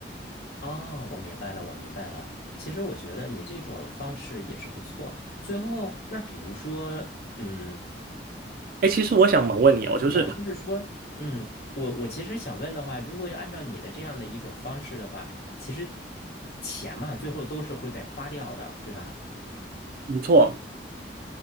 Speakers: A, on the left; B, on the right.
A: 啊，我明白了，我明白了。其实我觉得你这种方式也是不错。最后，那比如说，嗯，
B: 哎，其实我想猛问你哦，就是
A: 你想就是说，嗯，我我其实想问的话，如果要按照你的这样的一种方式的话，其实钱嘛，最后都是会被花掉的，对吧？
B: 没错，